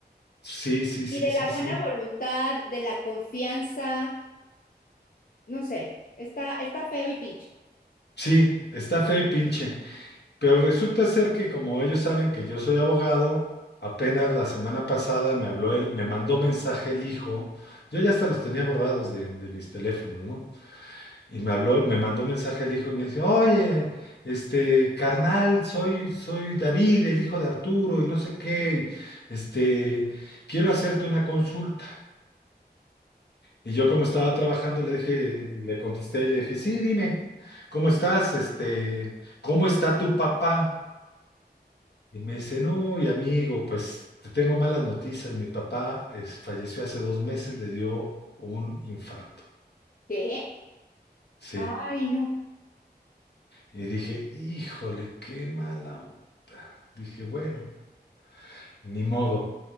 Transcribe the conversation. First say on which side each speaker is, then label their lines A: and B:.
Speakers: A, on the left; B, on the left.
A: sí, sí, sí,
B: y de
A: sí,
B: la buena
A: sí,
B: voluntad, de la confianza, no sé, está, está feo y pinche.
A: sí, está feo y pinche, pero resulta ser que como ellos saben que yo soy abogado, apenas la semana pasada me habló él, me mandó mensaje el hijo, yo ya hasta los tenía borrados de, de mis teléfonos, ¿no? Y me habló, me mandó un mensaje el hijo y me dice, oye, este, carnal, soy, soy David, el hijo de Arturo, y no sé qué, y, este, quiero hacerte una consulta. Y yo como estaba trabajando, le dije, le contesté, le dije, sí, dime, ¿cómo estás? Este, ¿cómo está tu papá? Y me dice, no, y amigo, pues te tengo malas noticias. Mi papá es- falleció hace dos meses, le dio un infarto.
B: ¿Qué?
A: Sí.
B: Ay, no.
A: Y dije, híjole, qué mala onda. Dije, bueno, ni modo.